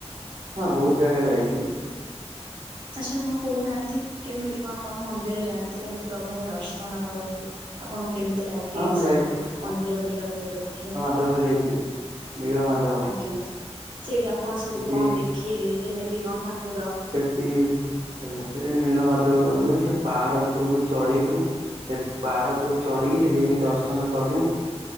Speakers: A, on the right (about 65°); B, on the right (about 45°).
A: ହଁ ବହୁତ ଜାଗା କୁ ଯାଇଚି।
B: ଆଚ୍ଛା ଆପଣ କହୁନାହାନ୍ତି କେମିତି କଣ ଆପଣ ମନ୍ଦିର ଯାଆନ୍ତି କେମିତି ପ୍ରଭୁଙ୍କ ଦର୍ଶନ କରନ୍ତି? ଆପଣଙ୍କୁ କେମିତି ଲାଗେ
A: ହଁ ମୁଁ
B: ସବୁ ମନ୍ଦିର ବୁଲାବୁଲି କରିକି?
A: ସବୁ ଯାଇଥିଲୁ ନୀଳ ମାଧବ
B: ଆଜ୍ଞା ସେଇଠି ଆପଣ ସବୁ
A: ସେଠି
B: କଣ ଦେଖିଲେ କେମିତି କଣ ଠାକୁର
A: ସେଠି ଆଜ୍ଞା ସେଇ ନୀଳ ମାଧବ ଗଲୁ ସେ ପାହାଡ ଉପରକୁ ଚଢିଲୁ ସେଠି ପାହାଡ ଉପରୁ ଚଢିକି ସେଠି ଯାଇ କି ଦର୍ଶନ କଲୁ।